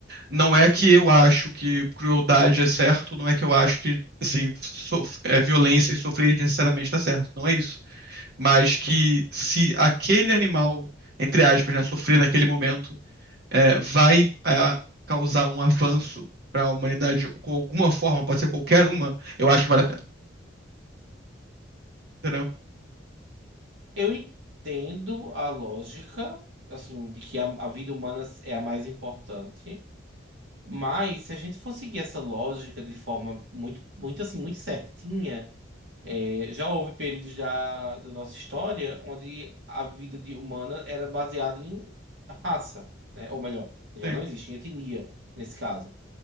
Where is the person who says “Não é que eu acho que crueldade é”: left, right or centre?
Right